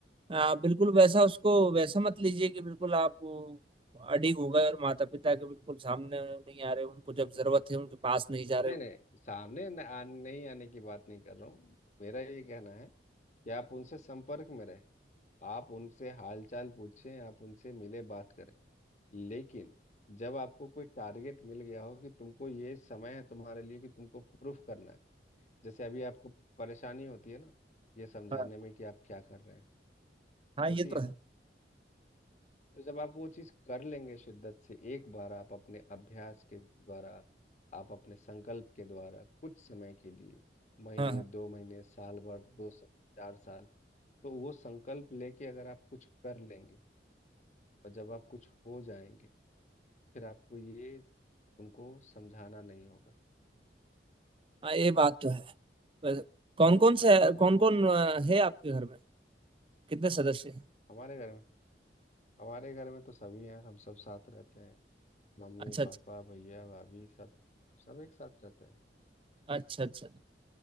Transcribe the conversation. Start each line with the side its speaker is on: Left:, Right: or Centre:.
Right: आ, बिल्कुल वैसा उसको वैसा मत लीजिए कि बिल्कुल आप वो, अडीग हो गए और माता पिता के बिल्कुल सामने नहीं आ रहे उनको जब जरूरत है उनके पास नहीं जा रहे
Left: नहीं
Right: हो
Left: नहीं सामने न, आ, नहीं आने की बात नहीं कर रहा हूँ मेरा ये कहना है कि आप उनसे संपर्क में रहें आप उनसे हालचाल पूछें आप उनसे मिले बात करें लेकिन जब आपको कोई टारगेट मिल गया हो कि तुमको ये समय है तुम्हारे लिए कि तुमको प्रूफ करना है जैसे अभी आपको परेशानी होती है ना ये समझाने
Right: हाँ
Left: में कि आप क्या कर रहे हैं
Right: हाँ,
Left: होती
Right: ये तो
Left: है
Right: है
Left: ना तो जब आप वो चीज़ कर लेंगे शिद्दत से एक बार आप अपने अभ्यास के द्वारा आप अपने संकल्प के द्वारा कुछ समय के लिए महीने
Right: हाँ हाँ
Left: दो महीने साल भर दो साल चार साल तो वो संकल्प लेके अगर आप कुछ कर लेंगे और जब आप कुछ हो जाएंगे फिर आपको ये उनको समझाना नहीं होगा
Right: हाँ, ये बात तो है वैसे कौन कौन से कौन कौन है आपके घर में कितने सदस्य हैं
Left: हमारे घर में हमारे घर में तो सभी हैं हम सब साथ रहते हैं मम्मी
Right: अच्छा अच्छा
Left: पापा भैया भाभी सब सब एक साथ रहते हैं
Right: अच्छा अच्छा